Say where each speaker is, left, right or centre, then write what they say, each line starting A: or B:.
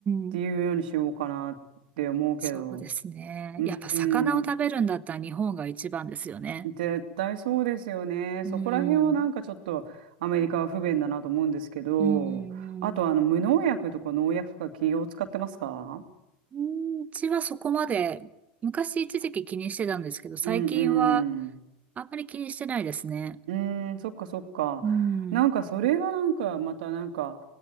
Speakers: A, on the right; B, on the right.
A: っていうようにしようかなって思うけど。
B: んうん。そうですね。
A: うー
B: やっぱ魚を食べるんだったら日本が一番ですよね。
A: ん、絶対そうですよね。そこら辺はなんかちょっとアメリカは不便だなと思うんですけど、
B: うん。うんうんうん。
A: あとあの無農薬とか農薬とか企業使ってますか
B: うちはそこまで、昔一時期気にしてたんですけど、最近は
A: うんうん。
B: あんまり気にしてないですね。
A: うーん、そっかそっか。
B: うん。
A: なんかそれがなんかまたなんか、